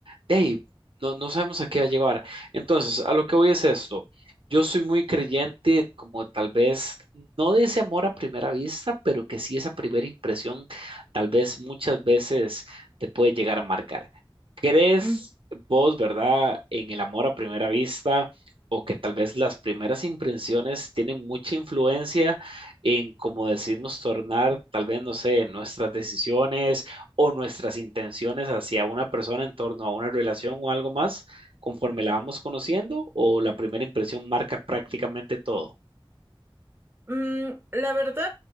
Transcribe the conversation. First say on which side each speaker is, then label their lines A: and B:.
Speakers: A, on the right (about 70°); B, on the right (about 25°).
A: De ahí, no, no sabemos a qué va a llegar. Entonces, a lo que voy es esto. Yo soy muy creyente, como tal vez, no de ese amor a primera vista, pero que sí esa primera impresión, tal vez muchas veces te puede llegar a marcar. ¿Crees
B: Mm.
A: vos, verdad, en el amor a primera vista? o que tal vez las primeras impresiones tienen mucha influencia en cómo decidimos tornar, tal vez, no sé, nuestras decisiones o nuestras intenciones hacia una persona en torno a una relación o algo más, conforme la vamos conociendo, o la primera impresión marca prácticamente todo.
B: Mm, la verdad,